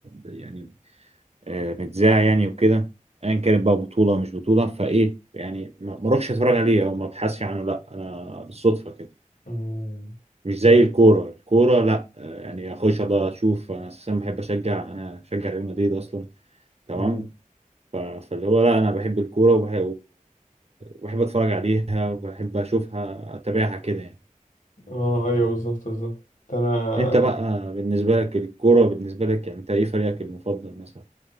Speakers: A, on the right; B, on the left.
A: يعني آه، متذاع يعني وكده ايا كانت بقى بطوله مش بطوله فايه يعني ما ما اروحش اتفرج عليه او ما ابحثش عنه لا انا بالصدفه كده
B: مم.
A: مش زي الكوره الكوره لا آه، يعني اخش بقى اشوف انا اساسا بحب اشجع انا بشجع ريال مدريد اصلا تمام
B: مم.
A: ف- فاللي هو لا انا بحب الكوره وبحب, وبحب اتفرج عليها وبحب اشوفها اتابعها كده يعني
B: اه ايوه بالظبط بالظبط انا
A: انت بقى بالنسبه لك الكوره بالنسبه لك يعني انت ايه فريقك المفضل مثلا